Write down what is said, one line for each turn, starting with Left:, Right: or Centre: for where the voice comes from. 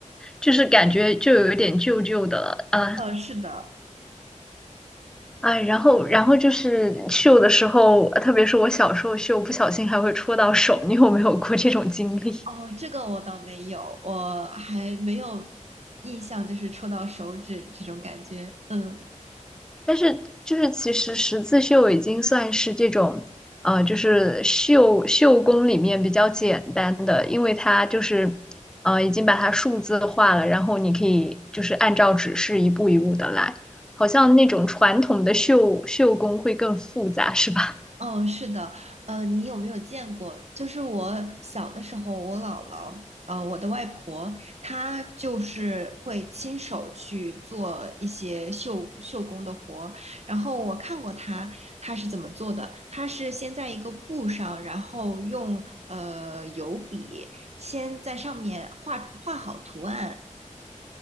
Centre: 就是感觉就有一点旧旧的了啊，
Right: 嗯，是的。
Centre: 哎，然后然后就是绣的时候，特别是我小时候绣，不小心还会戳到手，你有没有过这种经历？
Right: 哦，这个我倒没有，我还没有印象，就是戳到手指这种感觉。嗯。
Centre: <laughs> 但是就是其实十字绣已经算是这种，呃，就是绣绣工里面比较简单的，因为它就是呃已经把它数字化了，然后你可以就是按照指示一步一步的来，好像那种传统的绣绣工会更复杂，是吧？
Right: 嗯，是的，呃，你有没有见过？就是我小的时候，我姥姥，呃，我的外婆，她就是会亲手去做一些绣绣工的活。然后我看过她，她是怎么做的？她是先在一个布上，然后用呃油笔先在上面画画好图案，